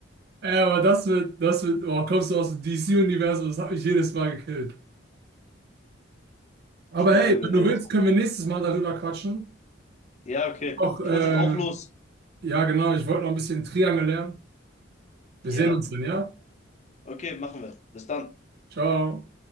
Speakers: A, on the right; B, on the left.
A: Ja, aber das wird, das wird, boah, kommst du aus dem DC-Universum, das hat mich jedes Mal gekillt. Aber
B: Cable,
A: hey, wenn du
B: echt.
A: willst, können wir nächstes Mal darüber quatschen.
B: Ja, okay.
A: Auch,
B: Ich
A: ähm,
B: muss jetzt auch los.
A: Ja, genau. Ich wollte noch ein bisschen Triangel lernen. Wir
B: Ja,
A: sehen uns dann, ja?
B: okay, machen wir. Bis dann.
A: Ciao.